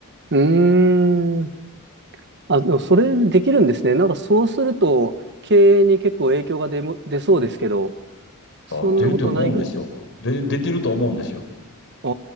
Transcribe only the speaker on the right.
うーん。あ、でもそれできるんですね。なんかそうすると、経営に結構影響が出も、出そうですけど、そんなことないぐ、
あ